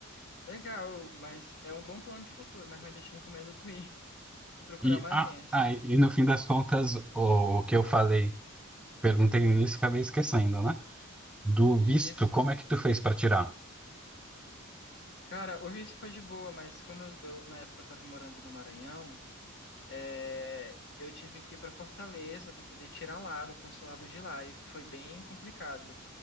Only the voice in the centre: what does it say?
E,
ah,
ah, e no fim das contas, o, o que eu falei, perguntei no início, e acabei esquecendo, né? Do
visto, como é que tu fez para tirar?